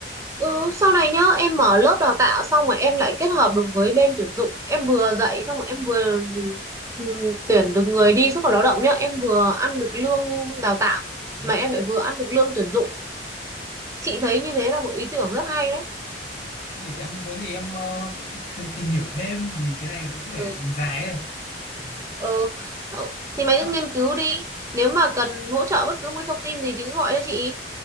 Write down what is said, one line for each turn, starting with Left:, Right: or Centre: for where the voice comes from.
Right: Ừ, sau này nhá em mở lớp đào tạo xong rồi em lại kết hợp được với bên tuyển dụng em vừa dạy xong rồi em vừa ừm, tuyển được người đi xuất khẩu lao động nhá em vừa ăn được lương đào tạo
Left: đấy
Right: mà em lại vừa ăn được lương tuyển dụng chị thấy như thế là một ý tưởng rất hay đấy
Left: Vâng. thế để em có gì em ờ, <laughs> tìm hiểu thêm vì cái này cũng phải
Right: ừ.
Left: đường dài ấy Ừ,
Right: ừ Ừ, thì
Left: biết
Right: mày
Left: rồi.
Right: cứ nghiên cứu đi nếu mà cần hỗ trợ bất cứ một cái thông tin gì thì cứ gọi cho chị